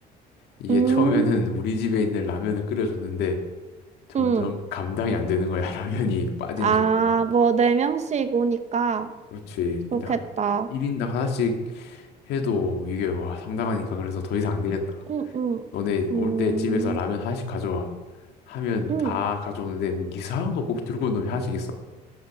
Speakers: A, on the left (about 80°); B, on the right (about 40°).
A: 이게
B: 음,
A: 처음에는 우리 집에 있는 라면을 끓여줬는데 점점
B: 응.
A: 감당이 안 되는 거야, <laughs> 라면이 빠지는
B: 아,
A: 속도가.
B: 뭐, 네 명씩 오니까
A: 그렇지.
B: 그렇겠다.
A: 근데 1인당 하나씩 해도 이게 와, 상당하니까 그래서 더 이상 안 되겠다.
B: 응, 응.
A: 너네
B: 음,
A: 올 때 집에서 라면 하나씩 가져와. 하면
B: 응.
A: 다 가져오는데 뭐 이상한 거 꼭 들고 온 놈이 하나씩 있어.